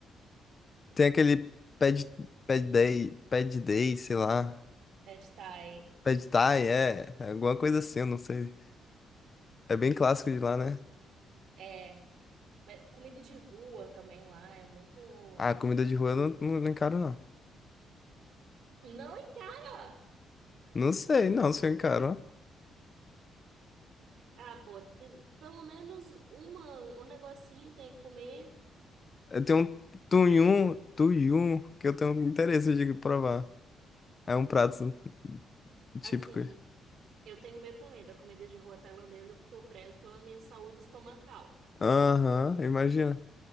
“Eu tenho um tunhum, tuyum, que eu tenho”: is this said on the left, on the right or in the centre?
Left